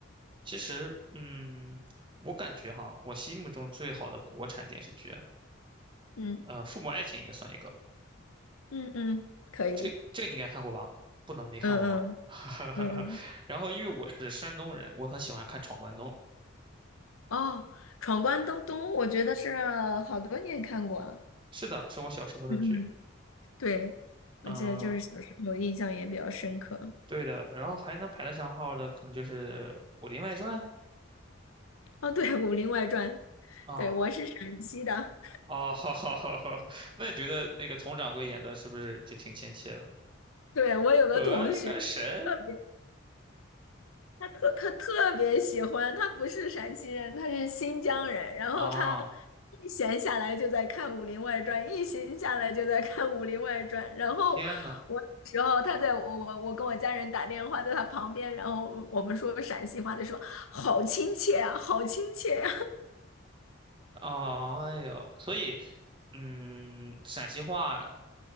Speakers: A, on the right; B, on the left.
A: 其实，嗯，我感觉哈，我心目中最好的国产电视剧啊
B: 嗯
A: 呃，《父母爱情》应该算一个，
B: 嗯嗯，可以，
A: 这这个你应该看过吧？
B: 嗯
A: 不能没看过吧？
B: 嗯嗯
A: <laughs>
B: 嗯，
A: 然后，因为我是山东人，我很喜欢看《闯关东》。
B: 哦，《闯关东东》，我觉得是好多年看过了，
A: 是的，是我小时候的剧。
B: 嗯嗯，对，我记得就是小时候印象也比较深刻。
A: 嗯，对的。然后还能排得上号的，可能就是《武林外传》
B: 哦，对，《武林外传》，
A: 啊、
B: 对，我是陕西的。
A: 哦，<laughs> 好好好好。那你觉得那个佟掌柜演的是不是就挺亲切的？
B: 对，我有个同学，
A: 我勒个神！
B: 特别，他特他特别喜欢，他不是陕西人，他是新疆人。然后他
A: <laughs> 啊，
B: 一闲下来就在看《武林外传》，一闲下来就在看《武林外传》。然后我有时候他在我我我跟我家人打电话，
A: 天呐！
B: 在他旁边，然后我们说陕西话，他说好亲切啊，好亲切呀、
A: 哦，哎呦，所以，嗯，陕西话